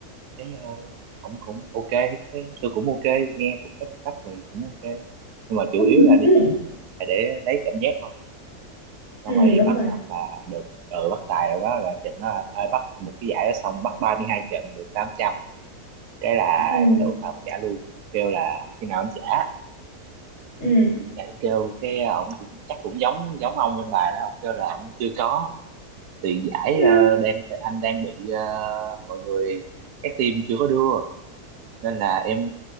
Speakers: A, on the right; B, on the left.
A: cái uh, ông cũng ok cái tôi cũng ok nghe cũng có trợ cấp thì cũng ok nhưng mà chủ
B: <laughs>
A: yếu là đi
B: ừ,
A: lại để lấy cảm giác thôi xong
B: ừ,
A: rồi
B: đúng
A: bắt
B: rồi.
A: xong là được ừ, bắt tài rồi đó là trận đó là- à, bắt một cái giải đó xong bắt 32 trận được tám trăm cái là
B: Ừ,
A: tưởng là ông trả luôn kêu là khi nào anh trả
B: ừ,
A: em kêu cái ờ, ông cũng chắc cũng giống giống ông bên bà đó ông kêu là ông chưa có tiền giải
B: ừ.
A: ờ, đang anh đang bị ờ, mọi người các team chưa có đưa nên là em